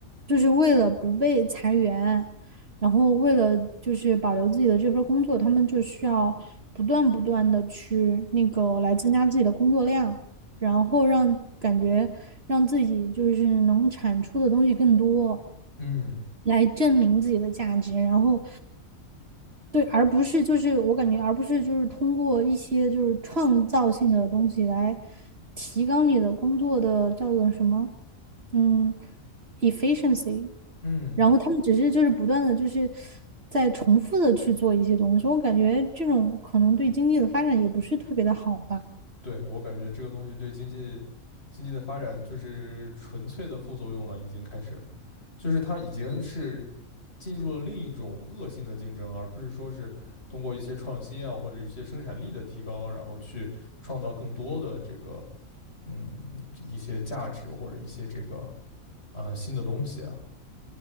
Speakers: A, on the right (about 45°); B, on the left (about 45°).
A: 就是为了不被裁员，然后为了就是保留自己的这份儿工作，他们就需要不断不断的去那个来增加自己的工作量。然后让感觉让自己就是能产出的东西更多，
B: 嗯
A: 来证明自己的价值，然后对，而不是就是我感觉，而不是就是通过一些就是创造性的东西来提高你的工作的叫做什么，嗯，efficiency，
B: 嗯，
A: 然后他们只是就是不断的就是在重复的去做一些东西，我感觉这种可能对经济的发展也不是特别的好吧。
B: 对，我感觉这个东西对经济经济的发展就是纯粹的副作用了，已经开始，就是它已经是进入了另一种恶性的竞争，而不是说是通过一些创新啊或者一些生产力的提高，然后去创造更多的这个嗯一些价值或者一些这个啊、呃新的东西啊，